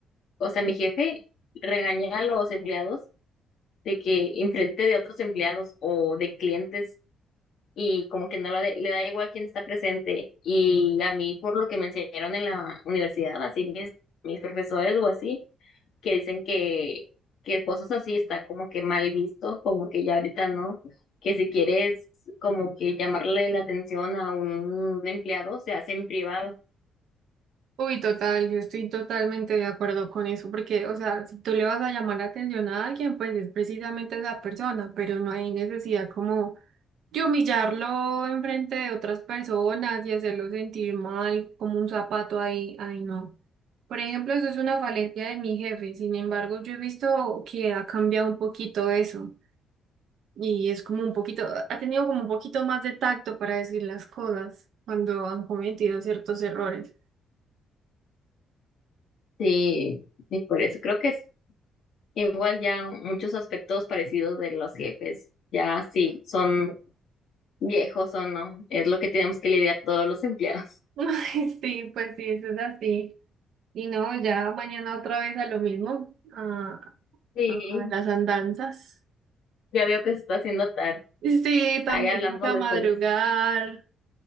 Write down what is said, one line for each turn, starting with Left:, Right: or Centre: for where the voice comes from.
Left: o sea, mi jefe regaña a los empleados de que enfrente de otros empleados o de clientes y como que no lo de- le da igual quién está presente. Y a mí, por lo que me enseñaron en la universidad, así mis, mis profesores o así, que dicen que, que cosas así está como que mal visto, como que ya ahorita no, que si quieres como que llamarle la atención a un empleado, se hace en privado.
Right: Uy, total, yo estoy totalmente de acuerdo con eso, porque, o sea, si tú le vas a llamar la atención a alguien, pues es precisamente esa persona, pero no hay necesidad como Y humillarlo enfrente de otras personas y hacerlo sentir mal como un zapato ahí, ahí no. Por ejemplo, eso es una falencia de mi jefe. Sin embargo, yo he visto que ha cambiado un poquito eso. Y es como un poquito, ha tenido como un poquito más de tacto para decir las cosas cuando han cometido ciertos errores.
Left: Sí, y por eso creo que es igual ya muchos aspectos parecidos de los jefes, ya sí, son Viejos o no, es lo que tenemos que lidiar todos los empleados.
Right: <laughs> Ay, sí, pues sí, eso es así. Y no, ya mañana otra vez a lo mismo, a,
Left: Sí,
Right: a a las andanzas.
Left: ya veo que se está haciendo tarde.
Right: Sí, también
Left: Ahí hablamos
Right: toca
Left: después.
Right: madrugar